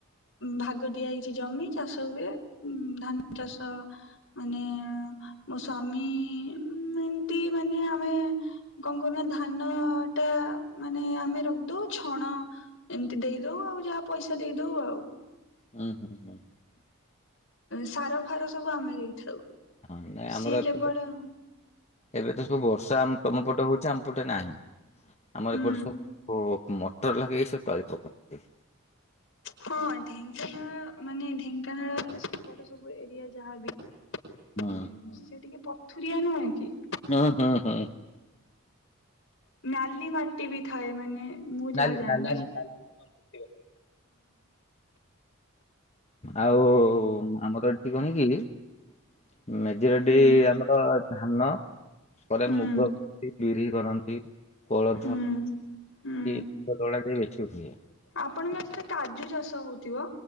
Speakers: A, on the left (about 65°); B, on the left (about 30°).
A: ଭାଗ ଦିଆ ହୋଇଛି ଜମି ଚାଷ ହୁଏ। ଧାନ ଚାଷ ମାନେ ମୋ ସ୍ଵାମୀ ଏମତି ମାନେ ଆମେ କଣ କରୁନା ଧାନ ଟା ମାନେ ଆମେ ରଖିଦଉଛ। ଖଣ <unintelligible> ଏମତି ଦେଇଦଉ ଆଉ ଯାହା ପଇସା ଦେଇଦଉ ଆଉ।
B: ହୁଁ ହୁଁ ହୁଁ <unintelligible>
A: ସାର ଫାର ସବୁ ଆମେ ଦେଇଥାଉ।
B: ହଁ ନାଇଁ
A: ସିକ
B: ଆମର ଏପଟେ
A: ବଡ଼ <inaudible>
B: ଏବେ ତ ସବୁ ବର୍ଷା ତମ ପଟେ ହଉଛି ଆମ ପଟେ ନାହିଁ। ଆମର
A: ହୁଁ
B: ଏପଟ ସବୁ ମୋଟର ଲାଗେ ଏଇ ସବ ତଳି ପକଉ।
A: ହଁ ଢେଙ୍କାନାଳ ମାନେ ଢେଙ୍କାନାଳ ଏପଟ ସବୁ ଏରିଆ ଯାହାବି ହଁ
B: ହୁଁ
A: ସେ ଟିକେ ପ <unintelligible> ଥରିଆ ନୁ ଆ କି <inaudible>
B: ହଁ ହଁ ହଁ।
A: ନାଲି ମାଟି ବି ଠାଇ ମାନେ <unintelligible> ମୁଁ ଯାହା
B: ନାଲି
A: ଜାଣିଛି।
B: ନାଲି ଆଉ ଆମର ଏଠି କଣକି? ଆ <unintelligible> ମେଜିିରଟି
A: ହୁଁ
B: ଆମର ଧାନ ପରେ
A: ହୁଁ
B: ମୁଗ, ବିରି କରନ୍ତି କୋଳଥ
A: ହୁଁ। ହୁଁ
B: ଏଳା ଟିକ <unintelligible> ବେଶୀ ହୁଏ।
A: ଆପଣଙ୍କ ସେଠି କାଜୁ ଚାଷ ହଉଥିବ।